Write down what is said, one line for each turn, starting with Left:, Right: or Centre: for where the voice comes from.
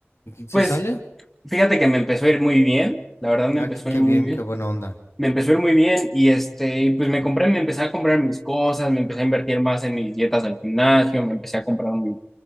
Left: ¿Si
Centre: Pues
Left: sale?
Centre: fíjate que me empezó a ir muy bien, la verdad me
Left: Ah,
Centre: empezó
Left: qué, qué
Centre: a ir muy
Left: bien,
Centre: bien.
Left: qué buena onda.
Centre: Me empezó a ir muy bien y este, y pues me compré, me empecé a comprar mis cosas, me empecé a invertir más en mis dietas al gimnasio, me empecé a comprar un-